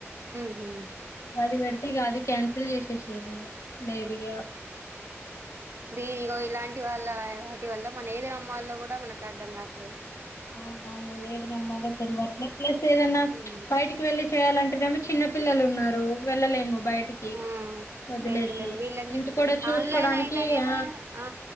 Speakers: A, on the right (about 60°); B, on the left (about 85°).
A: హ్
B: అది పెడితే ఇగా అది క్యాన్సిల్ చేసేసిఎర్రూ ఇగా లేదు ఇగా
A: దిని ఇగో ఇలాం వాల్ల వాటి వాళ్ళ మన ఏదురు అమ్మొళ్ళు కూడా మనకు అర్థం గారు ట్లె
B: ఆవునవును. ఏది నామ్మాలో తేల్వట్లే ప్లస్ ఏదన్నా
A: ఉమ్
B: బయటికి వెళ్ళి చేయాలంటేనేమో చిన్న పిల్లలు ఉన్నారు. వెళ్ళలేము బయటికి
A: ఆ
B: వదిలేసి
A: ఎల్లలేం వీళ్ళ జు
B: ఇంటి కూడా చూసుకోడానికి
A: ఆన్లైన్ అయితేనేమో
B: ఆ
A: ఆ